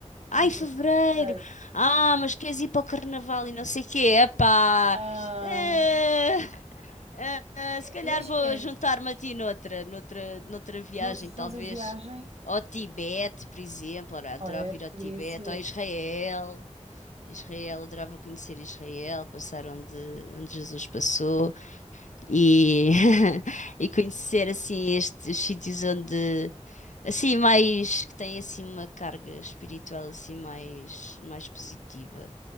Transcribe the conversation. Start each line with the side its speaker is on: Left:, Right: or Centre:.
Right: fevereiro.
Left: Ah, em fevereiro.
Right: fevereiro.
Left: Ah, mas queres ir para o carnaval e não sei o quê. Epá.
Right: Ah,
Left: Eh, Ah, ah, se calhar
Right: imagina,
Left: vou juntar-me a ti noutra, noutra, noutra viagem,
Right: noutra,
Left: talvez
Right: noutra viagem,
Left: ao Tibete, por exemplo. Ora, adorava
Right: olha,
Left: ir ao
Right: poderia
Left: Tibete,
Right: ser.
Left: ou a Israel. Israel, adorava conhecer Israel, passar onde, onde Jesus passou e, <laughs> e conhecer assim estes sítios onde assim mais que têm assim uma carga espiritual assim mais mais positiva